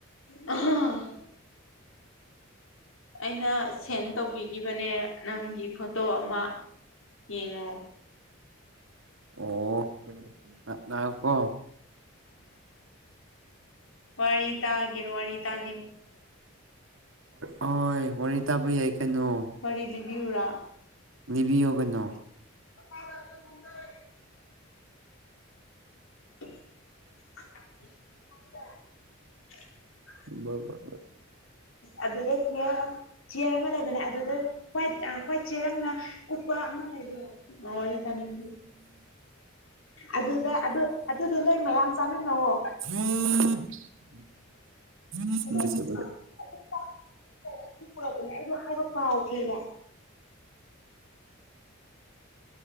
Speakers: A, on the left; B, on the right.
A: ꯑ ꯑꯩꯅ ꯁꯦꯟ ꯇꯧꯕꯤꯈꯤꯕꯅꯦ ꯅꯪꯒꯤ ꯐꯣꯇꯣ ꯑꯃ ꯌꯦꯡꯉꯣ
B: ꯑꯣ ꯉꯀꯣ
A: ꯋꯥꯔꯤꯇꯥ ꯍꯥꯏꯒꯦꯔꯣ ꯋꯥꯔꯤꯇꯥꯅꯤ
B: ꯍꯣꯏ ꯋꯥꯔꯤ ꯇꯥꯕ ꯌꯥꯏ ꯀꯩꯅꯣ
A: ꯋꯥꯔꯤꯔꯤ ꯂꯤꯕꯤꯌꯨꯔꯥ
B: ꯅꯤꯕꯤꯌꯣꯒꯅꯣ
A: ꯑ ꯑꯗꯨꯒꯨꯝꯗꯔꯦ <unintelligible>
B: ꯔ
A: ꯑꯗꯨꯗ ꯆꯤꯌꯔ ꯑꯃ ꯆꯤꯌꯔ ꯑꯃ ꯂꯩꯕꯅꯦ ꯑꯗꯨꯗ ꯍ꯭ꯋꯥꯏꯠ ꯍ꯭ꯋꯥꯏꯠ ꯁꯦꯔꯪꯅ ꯀꯨꯞꯄꯥ ꯑꯃ ꯂꯩꯕꯔ‌ꯣ ꯋꯥꯔꯤ ꯇꯥꯅꯤꯡ ꯑꯗꯨꯗ ꯑꯗꯨ ꯑꯗꯨꯗ‌ꯣ ꯅꯣꯏ ꯃꯌꯥꯝ ꯆꯥꯃꯤꯟꯅꯧꯑꯣ
B: <unintelligible>
A: ꯑꯗꯨ <unintelligible> ꯑꯗꯨ ꯄꯨꯔꯛꯄꯅꯦ ꯑꯩꯗ‌ꯣ ꯍꯥꯏꯕ ꯀꯥꯎꯈꯔ‌ꯦꯕ